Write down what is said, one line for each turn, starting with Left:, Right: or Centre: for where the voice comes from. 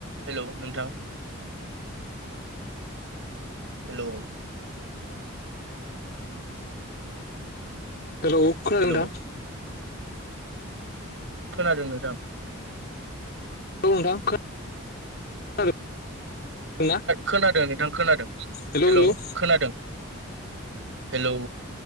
Right: Hello नोंथां hello
Left: hello खोनादों
Right: hello
Left: ना?
Right: खोनादों नोंथां।
Left: औ नोंथां खोनादों ना
Right: खोनादों नोंथां खोनादों
Left: हेलौ
Right: हेल'
Left: हेलौ औ
Right: खोनादों। हेलौ